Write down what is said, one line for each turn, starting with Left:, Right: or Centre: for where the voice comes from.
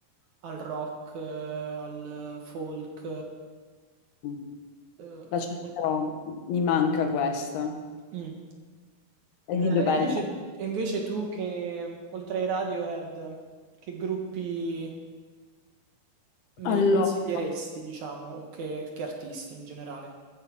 Right: al rock, eh, al folk,
Left: mm,
Right: eh,
Left: La cercherò,
Right: mol-
Left: mi manca questa.
Right: Mm.
Left: E
Right: Eh,
Left: di dov'è?
Right: invece, e invece tu che, oltre ai Radiohead, che gruppi mi
Left: Allora,
Right: consiglieresti, diciamo, o che, che artisti in generale?